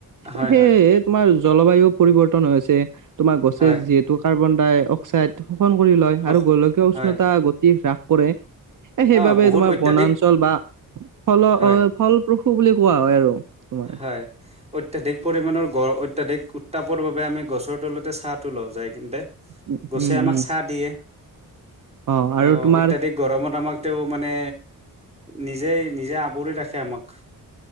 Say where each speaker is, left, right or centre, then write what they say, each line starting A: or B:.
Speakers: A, on the right; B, on the right.
A: হয়
B: এ সেয়েহে
A: হয়
B: তোমাৰ জলবায়ু পৰিৱৰ্তন হৈছে, তোমাৰ গছে
A: হয়
B: যিহেতু কাৰ্বন-ডাই-অক্সাইড অক্সাইড শোষণ কৰি লয়
A: সঁচ
B: আৰু গোলকীয় উষ্ণতা
A: হয়
B: গতি হ্ৰাস কৰে। এ সেইবাবে
A: অ বহুত
B: তোমাৰ
A: অত্যাধিক
B: বনাঞ্চল বা ফল
A: হয়
B: অ' ফল পশু বুলি কোৱা হয় আৰু তোমাৰ।
A: হয়। অত্যাধিক পৰিমণৰ গ', অত্যাধিক উত্তাপৰ বাবে আমি গছৰ তলতে ছাঁটো লওঁ যায়। কিন্তে,
B: উম,
A: গছে
B: উম,
A: আমাক
B: উম,
A: ছাঁ দিয়ে,
B: অ' আৰু
A: অহ
B: তোমাৰ
A: অত্যাধিক গৰমত আমাক তেওঁ মানে, নিজেই-নিজে আৱৰি ৰাখে আমাক।